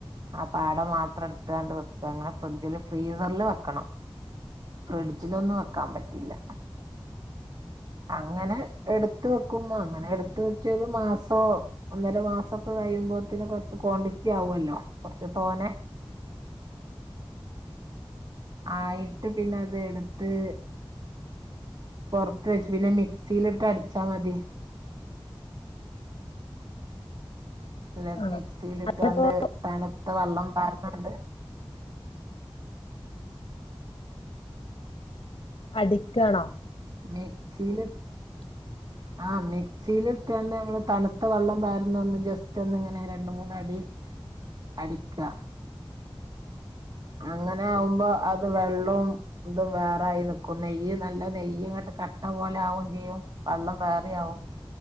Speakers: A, on the right (about 45°); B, on the left (about 75°).
A: ആ പാട മാത്രം എടുത്താണ്ട് വെക് പ്പ അങ്ങന ഫ്രിഡ്ജില് ഫ്രീസറില് വെക്കണം ഫ്രിഡ്ജിലൊന്നു വെക്കാൻ പറ്റില്ല അങ്ങനെ എട്ത്ത് വെക്കുന്ന അങ്ങനെ എട്ത്ത് വെച്ചോരു മാസോ ഒന്നര മാസോക്ക കഴിയുമ്പോത്തിന് കുറച്ച് ക്വാണ്ടിറ്റി ആവോല്ലോ കുറച്ച് തോനെ ആയിട്ട് പിന്നെ അത് എട്ത്ത് പൊറത്ത് വെച്ചു പിന്നെ മിക്സിയിലിട്ട് അടിച്ചാ മതി ല്ലെ
B: ആ
A: മിക്സിലിട്ടാണ്ട്
B: അതിപ്പോ
A: തണുത്ത വള്ളം വാറുന്നുണ്ട്
B: പഠിക്കാണോ
A: മിക്സീല്
B: <inaudible>
A: ആ മിക്സിലിട്ടൊണ്ട് മ്മള് തണുത്ത വള്ളം വരുന്ന ഒന്ന് ജസ്റ്റ് ഒന്നിങ്ങനെ രണ്ടുമൂന്നടി അടിക്കാ അങ്ങനെ ആവുമ്പ അത് വെള്ളോം ന്തു വേറായി നിക്കും നെയ്യ് നല്ല നെയ്യിങ്ങട്ട് കട്ട പോലെ ആവോം ചെയ്യും വള്ളം ബേറിയാവും